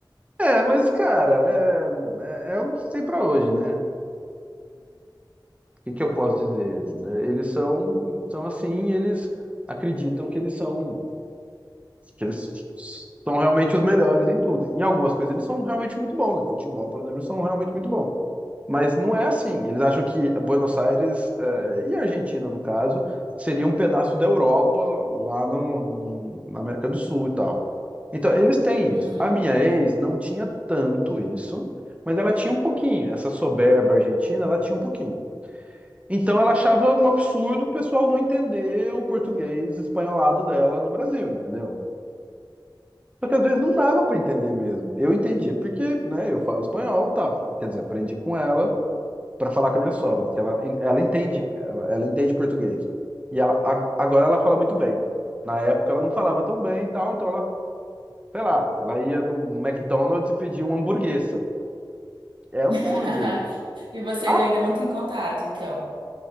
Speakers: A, on the right; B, on the right.
A: é, mas, cara, é, é, é o sei pra hoje, né? O que que eu posso dizer? né? Eles são, são assim, eles acreditam que eles são, que eles são realmente os melhores em tudo. Em algumas coisas eles são realmente muito bons. Em futebol, por exemplo, eles são realmente muito bons. Mas não é assim. Eles acham que Buenos Aires, eh, e a Argentina, no caso, seria um pedaço da Europa lá no, na América do Sul e tal. Então, eles têm
B: Uhum.
A: isso. A minha ex não tinha tanto isso, mas ela tinha um pouquinho. Essa soberba argentina, ela tinha um pouquinho. Então, ela achava um absurdo o pessoal não entender o português espanholado dela no Brasil, entendeu? Só que às vezes não dava para entender mesmo. Eu entendia porque, né, eu falo espanhol e tal. Quer dizer, aprendi com ela para falar com a minha sogra, porque ela, ela entende, ela, ela entende português. E ela a- agora ela fala muito bem. Na época ela não falava tão bem e tal, então ela, sei lá, ela ia no McDonald's e pedia uma hamburguesa. É hambúrguer.
B: <laughs> E vocês
A: Ah,
B: ainda mantêm contato, então?